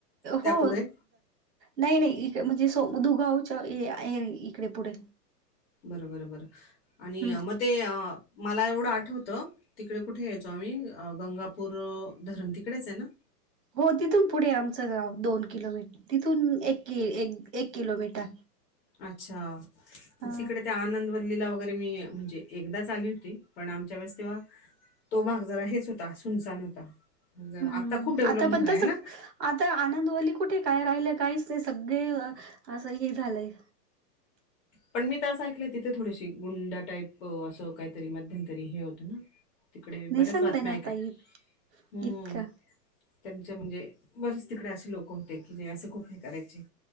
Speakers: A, on the left (about 45°); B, on the right (about 75°).
A: त्या
B: हो.
A: पुढे
B: नाही नाही इकडे म्हणजे स दुगावच्या आहे इकडे पुढे
A: बर बर बरं आणि
B: हम्म
A: मग ते मला एवढं आठवतं. तिकडे कुठे यायचो आम्ही गंगापूर धरण तिकडेच आहे ना.
B: हो तिथून पुढे आमचं गाव दोन किलोमीटर तिथून एक कि एक एक किलोमीटर
A: अच्छा
B: हा
A: म तिकडे त्या आनंद दिल्लीला वगैरे मी म्हणजे एकदाच आली होती पण आमच्या वेळेस तेव्हा तो भाग जरा हेच होता सुनसान होता जरा
B: हम्म
A: आता खूप डेव्हलप
B: आता पण
A: झाला
B: तस
A: आहे ना
B: आता आनंदवाली कुठे काय राहिलं काहीच नाही सगळे असं हे झालंय
A: पण मी तर असं ऐकलंय तिथे थोडीशी गुंडा टाईप असं काहीतरी मध्यम तरी हे होतं ना तिकडे
B: नाही
A: बर्याच
B: सांगता
A: बातम्या
B: येणार
A: ऐका
B: ताई
A: हम्म
B: इतकं
A: त्यांच्या म्हणजे बरेच तिकडे असे लोक होते की जे असं खूप हे करायचे